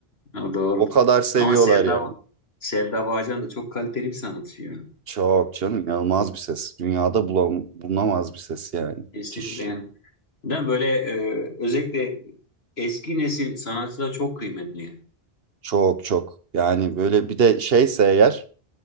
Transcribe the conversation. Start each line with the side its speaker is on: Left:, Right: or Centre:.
Left: Ha, doğrudur.
Right: O kadar seviyorlar
Left: Ama Selda
Right: yani.
Left: Selda Bağcan da çok kaliteli bir sanatçı ya.
Right: Çok canım inanılmaz bir ses. Dünyada bulam bulunamaz bir ses yani.
Left: Kesinlikle
Right: Müthiş.
Left: yani. Değil mi? Böyle e, özellikle eski nesil sanatçılar çok kıymetli.
Right: Çok çok. Yani böyle bir de şeyse eğer